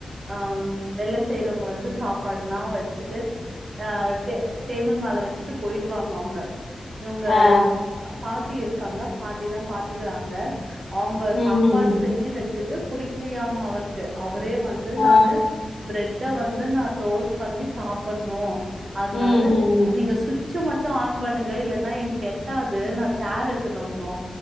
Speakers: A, on the right; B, on the left.
A: அஹ் வேலை செய்யறவங்க வந்து சாப் பாடுலா வெச்சுட்டு ப்ச் ஆஹ் டே டேபிள் மேல வெச்சுட்டு போயிடு வாங்க அவுங்க இவங்க
B: ஆ.
A: பாட்டி இருக்காங்க பாட்டிதா பாத்துக்கறாங்க அவுங்க
B: ம்,
A: சாப்பாடு
B: ம், ம்.
A: செஞ்சு வெச்சது புடிக்கலயாமா அவருக்கு அவர் ரே வந்து
B: ஆ.
A: நானு பிரெட் இத வந்து நா டோஸ் பண்ணி சாப்பிடணு அதனால
B: ம், ம், ம்.
A: நீங்க சு சுச்ச மட்டூ ஆன் பண்ணுங்க இல்லன்னா எனக்கு எட்டா து நா சேர் எத்துனு வரனு